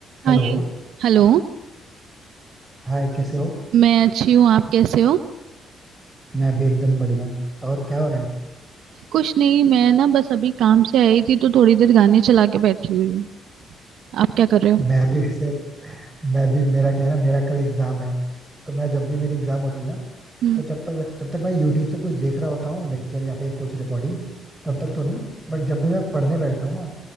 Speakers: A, on the right; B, in the centre.
A: हाय
B: Hello
A: Hello
B: Hi कैसे हो
A: मैं अच्छी हूँ आप कैसे हो
B: मैं भी एकदम बढ़िया और क्या हो रहा है
A: कुछ नहीं मैं ना बस अभी काम से आई थी तो थोड़ी देर गाने चला के बैठी हुई हूँ आप क्या कर रहे हो
B: मैं भी वैसे मैं भी मेरा क्या है ना मेरा कल एग्जाम है तो मैं जब भी मेरी एग्जाम होती है ना
A: हम्म
B: तो जब तक जब तक मैं यूट्यूब से कुछ देख रहा होता हूँ लेक्चर या फिर कुछ रिकॉर्डिंग तब तक तो नहीं बट जब भी मैं पढ़ने बैठता हूँ ना